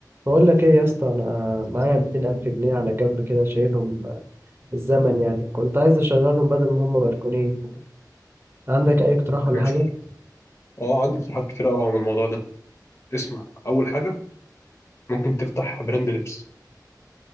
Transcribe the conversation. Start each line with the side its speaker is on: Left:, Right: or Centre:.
Right: بقول لك ايه يا اسطى انا معايا 200 الف جنيه على جنب كده شايلهم الزمن يعني كنت عايز اشغلهم بدل ما هم مركونين عندك اي اقتراح ولا
Left: ماشي
Right: حاجه
Left: اه عندك اقتراحات كتير قوي عن الموضوع ده اسمع اول حاجه ممكن تفتح براند لبس